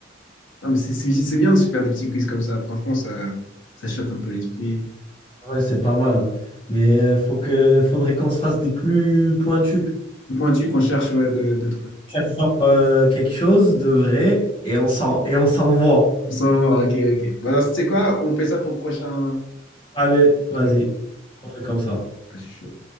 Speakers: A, on the left; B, on the left.
A: non, mais c'est c'est- c'est bien de se faire des petits quiz comme ça. Franchement, ça, ça chauffe un peu l'esprit.
B: Ouais, c'est pas mal. Mais euh, faut que, faudrait qu'on se fasse des plus pointus.
A: Plus pointu qu'on cherche, ouais, de- de
B: Faire genre, euh, quelque chose de vrai et on s'en, et on s'envoie.
A: On s'en va, ok, ok. Bon, alors, tu sais quoi? On fait ça pour le prochain.
B: Allez, vas-y.
A: truc.
B: On fait comme ça.
A: Ah, je suis chaud.